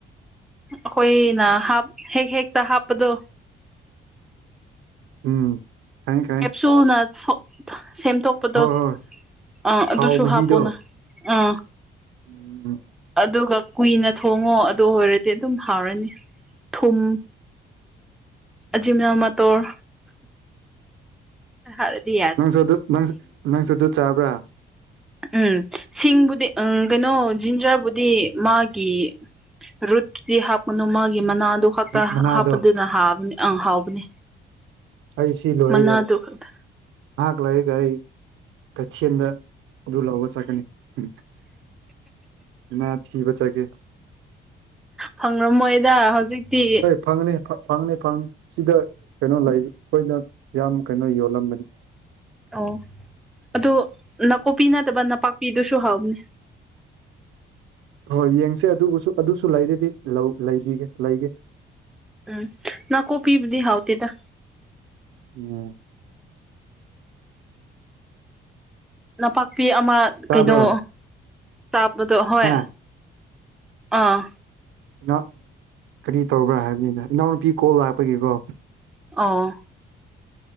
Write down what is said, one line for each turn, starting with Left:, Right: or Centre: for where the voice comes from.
Centre: ꯑꯈꯣꯏꯅ ꯍꯥꯞ ꯍꯦꯛ ꯍꯦꯛꯇ ꯍꯥꯞꯄꯗꯨ
Right: ꯎꯝ ꯈꯪꯉꯦ ꯈꯪꯉꯦ
Centre: ꯇꯨꯅ ꯁꯣ ꯁꯦꯝꯗꯣꯛꯄꯗꯣ
Right: ꯍꯣꯏ ꯍꯣꯏ
Centre: ꯑ
Right: ꯊꯥꯎ
Centre: ꯑꯗꯨꯁꯨ
Right: ꯃꯍꯤꯗꯣ
Centre: ꯍꯥꯞꯄꯣꯅ ꯑꯥ
Right: ꯎꯝ
Centre: ꯑꯗꯨꯒ ꯀꯨꯏꯅ ꯊꯣꯡꯉꯣ ꯑꯗꯨ ꯑꯣꯏꯔꯗꯤ ꯑꯗꯨꯝ ꯍꯥꯎꯔꯅꯤ ꯊꯨꯝ ꯖꯤ ꯃꯅꯥꯃ ꯇꯣꯔ ꯍꯥꯏꯗꯤ
Right: ꯅꯪꯁꯨ ꯑꯗꯨ ꯅꯪ ꯅꯪꯁꯨ ꯑꯗꯨ ꯆꯥꯕ꯭ꯔꯥ
Centre: ꯎꯝ ꯁꯤꯡꯕꯨꯗꯤ ꯎꯝ ꯀꯩꯅꯣ ꯖꯤꯟꯖꯔꯕꯨꯗꯤ ꯃꯥꯒꯤ ꯔꯨꯠꯇꯨ ꯍꯥꯞꯄꯅꯨ ꯃꯥꯒꯤ ꯃꯅꯥꯗꯨ ꯈꯛꯇ
Right: ꯃꯅꯥꯗꯣ
Centre: ꯍꯥꯞꯄꯗꯨꯅꯕꯅꯤ ꯑꯪ ꯍꯥꯎꯕꯅꯤ
Right: ꯑꯩ ꯁꯤ ꯂꯣꯏꯔꯒ
Centre: ꯃꯅꯥꯗꯨ ꯈꯛꯇ
Right: ꯅꯍꯥꯛ ꯂꯥꯏꯒ ꯑꯩ ꯀꯩꯊꯦꯜꯗ ꯑꯗꯨ ꯂꯥꯛꯕ ꯆꯠꯀꯅꯤ ꯍꯨꯝ <inaudible> ꯃꯥ ꯊꯤꯕ ꯆꯠꯀꯦ
Centre: ꯐꯪꯉꯝꯃꯣꯏꯗ ꯍꯧꯖꯤꯛꯇꯤ
Right: ꯐꯪꯅꯤ ꯐ ꯐꯪꯅꯤ ꯐꯪꯅꯤ ꯁꯤꯗ ꯀꯩꯅꯣ ꯂꯩ ꯑꯩꯈꯣꯏꯅ ꯌꯥꯝ ꯀꯩꯅꯣ ꯌꯣꯜꯂꯝꯕꯅꯤ
Centre: ꯑꯣ ꯑꯗꯨ ꯅꯥꯀꯨꯞꯄꯤ ꯅꯠꯇꯕ ꯅꯥꯄꯥꯛꯄꯤꯗꯨꯁꯨ ꯍꯥꯎꯕꯅꯤ
Right: ꯍꯣꯏ ꯌꯦꯡꯁꯦ ꯑꯗꯨꯕꯨꯁꯨ ꯑꯗꯨꯁꯨ ꯂꯩꯔꯗꯤ ꯂꯧ ꯂ ꯩꯕꯤꯒꯦ ꯂꯩꯒꯦ
Centre: ꯎꯝ ꯅꯥꯀꯨꯞꯄꯤꯕꯨꯗꯤ ꯍꯥꯎꯗꯦꯗ
Right: ꯎꯝ
Centre: ꯅꯄꯥꯛꯄꯤ ꯑꯃ
Right: ꯇꯥꯕ꯭ꯔꯣ
Centre: ꯀꯩꯅꯣ ꯇꯥꯕꯗꯣ ꯍꯣꯏ
Right: ꯍꯥ
Centre: ꯑꯥ
Right: ꯏꯅꯥ ꯀꯔꯤ ꯇꯧꯕ꯭ꯔꯥ ꯍꯥꯏꯕꯅꯤꯗ ꯏꯅꯥꯎꯅꯨꯄꯤ ꯀꯣꯜ ꯂꯥꯛꯄꯒꯤꯀꯣ
Centre: ꯑꯣ